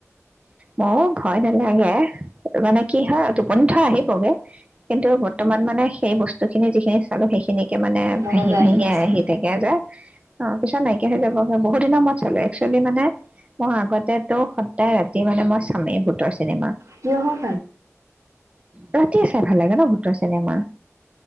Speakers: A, on the right; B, on the right.
A: মও ভয় নালাগে মানে কি হয় টোপনি থ আহিবগে কিন্তু বৰ্তমান মানে সেই বস্তু খিনি যিখিনি চালো সেইখিনি। মানে ভাহি
B: মনলৈ
A: ভহি
B: আছে
A: আহি থাকে যে অ পিছত নাইকিয় হৈ যাব। বহুত দিনৰ মই চালো একচুৱেলি মানে মই আগতে। ত সদায় ৰাতি মানে মই স্বামীয়ে ভুতৰ। চিনেমা।
B: কিহৰ
A: ৰাতি চাই ভাল লাগে ন ভূতৰ চিনেমা